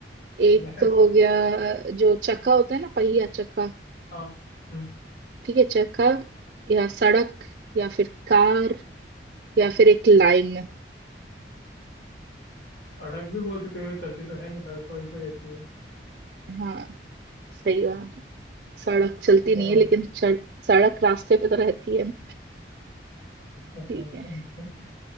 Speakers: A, on the left; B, on the right.
A: तो।
B: एक तो हो गया जो चक्का होता है ना पहिया चक्का
A: हाँ हम्म,
B: ठीक है चक्का या सड़क या फिर कार या फिर एक लाइन
A: सड़क भी बोल सकते हो चलती तो है नहीं सड़क तो वहीं पे रहती है
B: हाँ सही बात है। सड़क चलती
A: एकदम
B: नहीं है
A: हम
B: लेकिन चढ़- सड़क रास्ते पे तो रहती है ना।
A: हाँ, वो तो
B: ठीक
A: है, मतलब
B: है